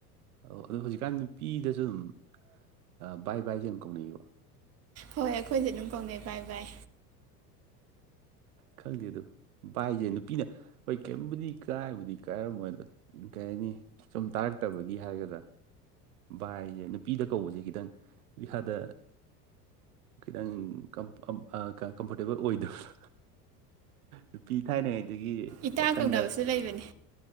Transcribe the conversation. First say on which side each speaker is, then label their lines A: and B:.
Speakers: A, on the right; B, on the right.
A: ꯑꯣ ꯑꯗꯣ ꯍꯧꯖꯤꯛꯀꯥꯟ ꯅꯨꯄꯤꯗꯁꯨ ꯑꯗꯨꯝ ꯑꯥ ꯚꯥꯏ ꯚꯥꯏꯁꯦ ꯑꯗꯨꯝ ꯀꯧꯅꯩꯌꯦꯕ
B: ꯍꯣꯏ ꯑꯩꯈꯣꯏꯁꯨ ꯑꯗꯨꯝ ꯀꯧꯅꯩ ꯚꯥꯏ ꯚꯥꯏ
A: ꯈꯪꯗꯦ ꯑꯗꯨ ꯚꯥꯏꯁꯦ ꯅꯨꯄꯤꯅ ꯍꯣꯏ ꯀꯩꯝꯕꯨꯗꯤ ꯀꯥꯏꯕꯨꯗꯤ ꯀꯥꯏꯔꯃꯣꯏꯗꯣ ꯀꯩ ꯍꯥꯏꯅꯤ ꯁꯨꯝ ꯇꯥꯔꯛꯇꯕꯒꯤ ꯍꯥꯏꯒꯗ꯭ꯔꯥ ꯚꯥꯏꯁꯦ ꯅꯨꯄꯤꯗ ꯀꯧꯕꯁꯦ ꯈꯤꯇꯪ ꯏꯁꯥꯗ ꯈꯤꯇꯪ ꯀꯝ ꯀꯝꯐꯣꯔꯇꯦꯕꯜ ꯑꯣꯏꯗꯕꯗꯣ ꯅꯨꯄꯤ ꯊꯥꯏꯅꯉꯩꯗꯒꯤ
B: ꯏꯇꯥ
A: ꯋꯥꯈꯟꯗ
B: ꯀꯧꯅꯕꯁꯨ ꯂꯩꯕꯅꯤ